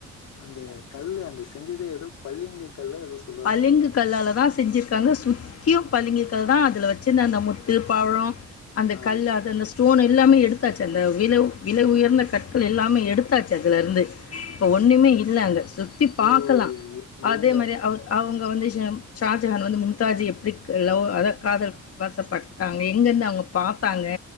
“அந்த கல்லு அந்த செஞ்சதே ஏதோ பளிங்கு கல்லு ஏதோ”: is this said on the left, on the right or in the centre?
Left